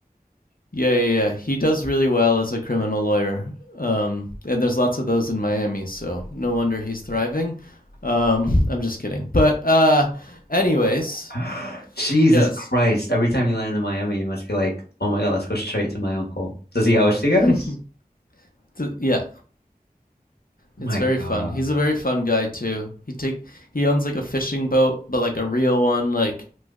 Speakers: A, on the left; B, on the left.
A: yeah yeah yeah. He does really well as a criminal lawyer. Um, and there's lots of those in Miami, so no wonder he's thriving. Um, I'm just kidding. But uh, anyways,
B: <gasps> Jesus
A: yes,
B: Christ. Every time you land in Miami, you must be like, oh my God, let's go straight to my uncle. Does he host you
A: <laughs>
B: guys?
A: yeah,
B: My
A: it's very
B: God.
A: fun. He's a very fun guy too. He take he owns like a fishing boat, but like a real one, like